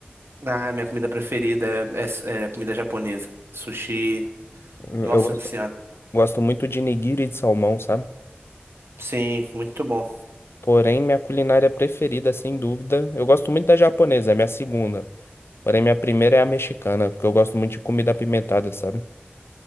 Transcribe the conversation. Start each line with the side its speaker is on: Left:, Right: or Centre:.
Right: Ah, minha comida preferida é, é- é comida japonesa. Sushi,
Left: Eu
Right: nossa
Left: eu gosto,
Right: senhora.
Left: gosto muito de nigiri de salmão, sabe?
Right: Sim, muito bom.
Left: Porém, minha culinária preferida, sem dúvida, eu gosto muito da japonesa, é minha segunda. Porém, minha primeira é a mexicana, porque eu gosto muito de comida apimentada, sabe?